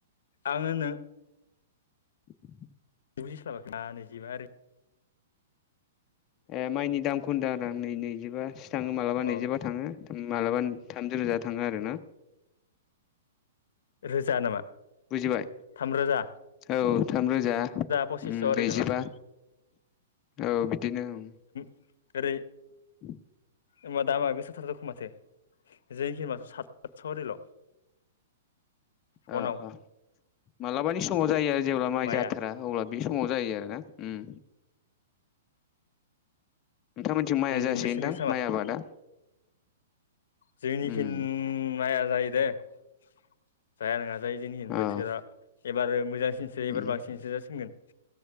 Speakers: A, on the left; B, on the left.
A: आङोनो
B: <inaudible>
A: बुजिस्लाबाखै <inaudible> नै जिबा आरो
B: ए माइनि दामखौ होनदों आरो आं नै-नैजिबासो थाङो मालाबा
A: अ
B: नैजिबा थाङो। मालाबा थामजि रोजा थाङो आरो ना।
A: रोजा नामा?
B: औ बुजिबाय
A: थामरोजा
B: औ थामरोजा उम
A: पसिसस' ओरै
B: नैजिबा।
A: नामा
B: औ बिदिनो उम।
A: ओरै
B: औ
A: ओमा दामा गोसाथार दख' माथो जोंखि माथो साततस' ओरैल'। मनाव
B: ओ ओ मालाबानि समाव जायो आरो जेब्ला माइ
A: माइआ
B: जाथारा अब्ला बे समाव जायो आरो उम। नोंथांमोनथिं माइआ
A: जोंनिखि
B: जासियोनदां
A: बेसेन गोसा
B: माइ आबादा?
A: जोंनिखि
B: उम
A: माइया जायो दे। जाया नोङा जायो जोंनिखि
B: अ
A: बोथोरा एबारो मोजांसिनसो
B: उम
A: एबार बांसिनसो जासिनगोन।